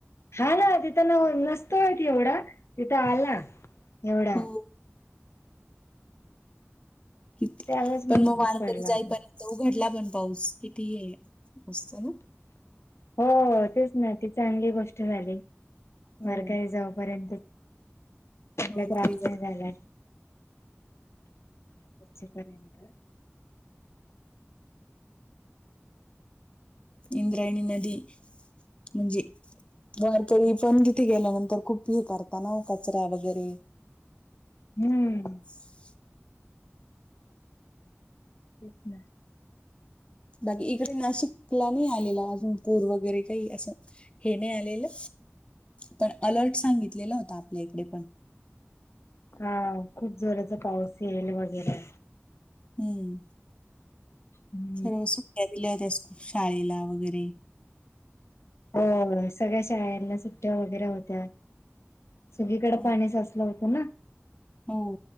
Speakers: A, on the left (about 70°); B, on the left (about 25°).
A: हा ना तिथं न नसतोय एवढा तिथं आला एवढा
B: हो कि
A: त्यावेळेस
B: पण
A: मजबूत
B: मग वारकरी
A: पडला होता
B: जायपर्यंत उघडला पण पाऊस किती असत ना.
A: हो तेच ना ती चांगली गोष्ट झाली
B: हो
A: वारकाई जाऊ यंत ग्रफ
B: वारकरी जाईपर्यंत
A: नाही झाला. जपर्यंत
B: इंद्राणी नदी म्हणजे वारकरी पण तिथे गेल्यानंतर खूप हे करताना कचरा वगैरे
A: हम्म.
B: <unintelligible>
A: तेच ना.
B: बाकी इकडे नाशिकला नाही आलेला अजून पूर वगैरे काही असं. हे नाही आलेलं पण अलर्ट सांगितलेला होता आपल्या इकडे पण
A: हा खूप जोराचा पाऊस येईल वगैरे
B: हम्म.
A: हम्म.
B: सर्व सुट्ट्या दिल्या होत्यासूप शाळेला वगैरे
A: अ सगळ्या शाळेना सुट्ट्या वगैरे होत्या सगळीकडे
B: हो
A: पाणी
B: ना.
A: साचलं होतं. हो ना.
B: हो